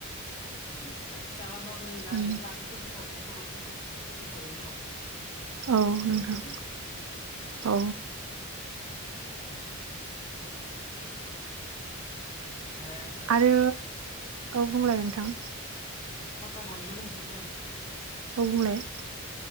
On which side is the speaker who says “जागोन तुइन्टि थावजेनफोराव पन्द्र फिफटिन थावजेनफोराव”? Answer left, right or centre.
Left